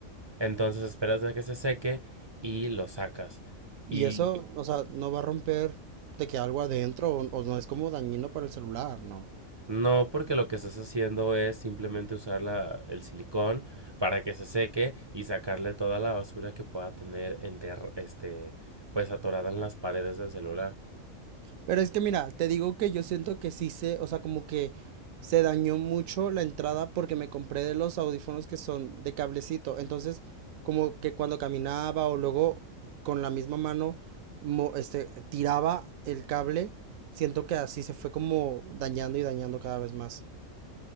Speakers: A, on the right; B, on the right.
A: Entonces esperas a que se seque y lo sacas.
B: Y
A: Y
B: eso, o sea, no va a romper de que algo adentro o, o no es como dañino para el celular, ¿no?
A: no porque lo que estás haciendo es simplemente usar la- el silicón para que se seque y sacarle toda la basura que pueda tener enter- este, pues atorada en las paredes del celular.
B: Pero es que mira, te digo que yo siento que sí se, o sea, como que se dañó mucho la entrada porque me compré de los audífonos que son de cablecito. Entonces, como que cuando caminaba o luego con la misma mano mo- este, tiraba el cable, siento que así se fue como dañando y dañando cada vez más.